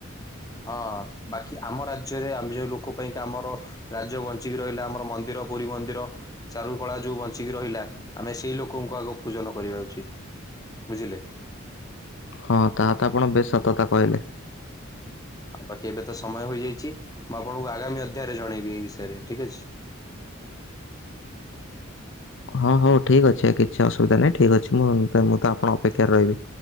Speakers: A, on the left; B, on the left.
A: ହଁ ବାକି ଆମ ରାଜ୍ୟରେ ଆମେ ଯୋଉ ଲୋକ ପାଇଁ ଆମର ରାଜ୍ୟ ବଞ୍ଚିକି ରହିଲା ଆମର ମନ୍ଦିର ପୁରୀ ମନ୍ଦିର। ଚାରୁ କଳା ଯୋଉ ବଞ୍ଚିକି ରହିଲା ଆମେ ସେଇ ଲୋକଙ୍କୁ ଆଗ ପୂଜନ କରିବା ଉଚିତ ବୁଝିଲେ।
B: ହଁ ତାହା ତ ଆପଣ ବେଶ ସତ କଥା କହିଲେ।
A: ଆଉ ବାକି ଏବେ ତ ସମୟ ହୋଇଇଯାଇଛି ମୁଁ ଆପଣଙ୍କୁ ଆଗାମୀ ଅଧ୍ୟାୟରେ ଜଣେଇବି ଏଇ ବିଷୟରେ ଠିକ ଅଛି।
B: ହଁ ହଉ ଠିକ୍ ଅଛି କିଛି ଅସୁବିଧା ନାହିଁ ଠିକ୍ ଅଛି ମୁଁ ମୁଁ ତ ଆପଣ ଅପେକ୍ଷାରେ ରହିବି।